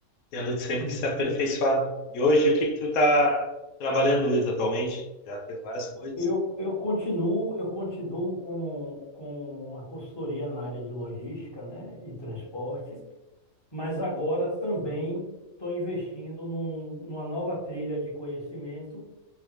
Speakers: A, on the left; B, on the left.
A: tendo sempre
B: Uhum.
A: que se aperfeiçoar. E hoje, o que que tu tá trabalhando, Luiz, atualmente? Já fez várias coisas.
B: Eu, eu continuo, eu continuo com, com a consultoria na área de logística, né, e transporte, mas agora também estou investindo num- numa nova trilha de conhecimento,